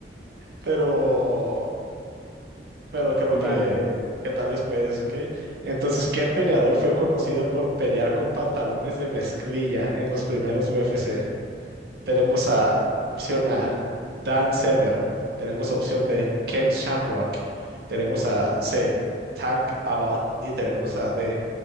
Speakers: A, on the right (about 60°); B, in the centre.
A: pero, pero creo
B: tú
A: que,
B: dale.
A: que tal vez puedes, ok. Entonces, ¿qué peleador fue conocido por pelear con pantalones de mezclilla en los primeros UFC? Tenemos a opción
B: Uy,
A: A, Dan Severn. Tenemos opción B, Ken Shamrock. Tenemos a C, Tank Abbott. Y tenemos a D,